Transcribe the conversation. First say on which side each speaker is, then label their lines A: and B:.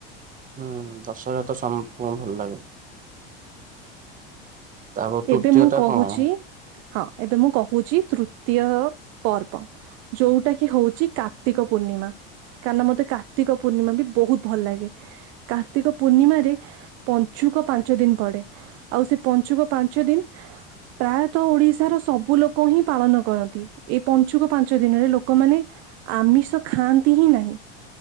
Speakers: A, on the right; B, on the right.
A: ହୁଁ ଦଶହରା ତ ସମସ୍ତଙ୍କୁ ଭଲ୍ ଲାଗେ। ତାପରେ ତୃତୀୟ
B: ଏବେ ମୁଁ
A: ଟା
B: କହୁଛି,
A: କଣ?
B: ହଁ ଏବେ ମୁଁ କହୁଛି ତୃତୀୟ ପର୍ବ। ଯୋଉଟା କି ହୋଉଚି କାର୍ତ୍ତିକ ପୂର୍ଣ୍ଣିମା। କାରଣ ମତେ କାର୍ତିକ ପୂର୍ଣ୍ଣିମା ବି ବୋହୁତ୍ ଭଲ ଲାଗେ। କାର୍ତ୍ତିକ ପୂର୍ଣ୍ଣିମାରେ ପଞ୍ଚୁକ ପାଞ୍ଚ ଦିନ୍ ପଡେ, ଆଉ ସେ ପଞ୍ଚୁକ ପାଞ୍ଚ୍ ପାଞ୍ଚ ଦିନ୍ ପ୍ରାୟତଃ ଓଡିଶାର ସବୁ ଲୋକ ହିଁ ପାଳନ କରନ୍ତି। ଏଇ ପଞ୍ଚୁକ ପାଞ୍ଚ ଦିନରେ ଲୋକମାନେ ଆମିଷ ଖାଆନ୍ତି ହିଁ ନାହିଁ।